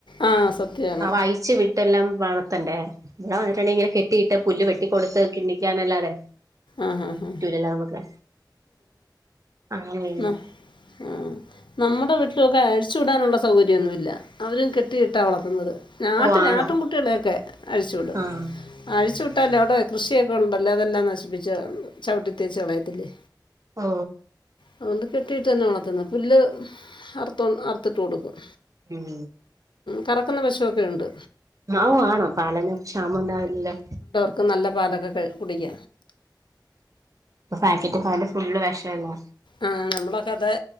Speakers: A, on the left; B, on the right.
A: ആ സത്യമാണ്
B: ആ വായിച്ച ച്ച് വിട്ടെല്ലാം വളർത്തണ്ടേ എന്താ വന്നിട്ടുണ്ടെ ഇങ്ങനെ കെട്ടിയിട്ട് പുല് വെട്ടിടുത്ത് കിണിക്കാനല്ലാതെ
A: ആഹ് ഹാ ഹാ
B: എവടെ അങ്ങനെ വരൂല
A: ന ആഹ് നമ്മുടെ വീട്ടിലൊക്കെ അഴിച്ചു വിടാനുള്ള സൗകര്യംന്നുല്ല അവരും കെട്ടിയിട്ടാ വളർത്തുന്നത് നാട്ട്
B: ഓ ആണോ
A: ആട്ടും കുട്ടികളെയൊക്കെ അഴിച്ചുവിടും
B: ആഹ്
A: അഴിച്ചു വിട്ടാലല്ലോ അവിടെ കൃഷിയൊക്കെ ഉണ്ടല്ലോ അതെല്ലാം നശിപ്പിച്ചു ചവിട്ടിത്തേച്ച് കളയത്തില്ലേ.
B: ഓ
A: അതുകൊണ്ട് കെട്ടിയിട്ട് തന്നെ വളർത്തുന്നത് പുല്ല് അർ അറത്തിട്ട് കൊടുക്കും.
B: ഉം
A: കറക്കുന്ന പശുവെക്കെഉണ്ട്.
B: ആ വണം പാലിന് ക്ഷാമം ഉണ്ടാവില്ലല്ലോ.
A: ഒക്കെ നല്ല പാലൊക്കെ കുടിക്ക.
B: ഇപ്പൊ പാക്കറ്റ് പാല്ഫുള് വിഷളോ.
A: ആ നമ്മളൊക്കെ അതെ